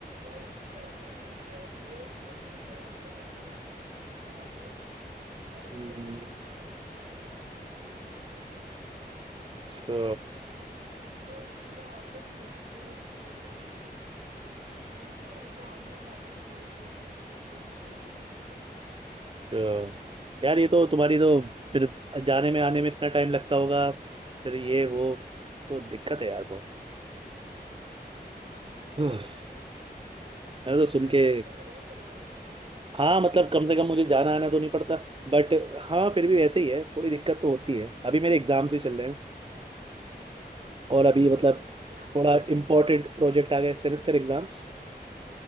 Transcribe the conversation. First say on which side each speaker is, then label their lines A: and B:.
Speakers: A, on the right (about 60°); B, on the right (about 30°).
A: रेस्ट ही करती हूँ क्योंकि एक एक दिन तो ऐसे निकल जाता है संडे वाला तो पता ही नहीं
B: हम्म,
A: चलता कि मंडे आ गया दोबारा काम पे जाना है
B: अच्छा
A: एक तो मेरा ऑफिस है भी बहुत दूर समझ रहे हो मेरे को आने जाने में डेढ़ दो घंटे डेढ़ दो घंटे लगते हैं
B: अच्छा। यार ये तो तुम्हारी तो
A: हाँ
B: फिर जाने में आने में इतना टाइम लगता होगा फिर ये वो तो दिक्कत है यार बहुत
A: हाँ ना यार
B: <sighs> मैंने तो
A: तेरा
B: सुन के
A: काम तो बढ़िया चल रहा है ना
B: हाँ मतलब कम से कम मुझे जाना आना तो नहीं पड़ता बट हाँ फिर भी वैसे ही है
A: <laughs>
B: थोड़ी दिक्कत तो होती है अभी मेरे एग्जाम्स भी चल रहे हैं और अभी मतलब
A: एग्जाम्स
B: थोड़ा
A: मतलब
B: इम्पोर्टेंट प्रोजेक्ट आ गए सेमेस्टर एग्जाम्स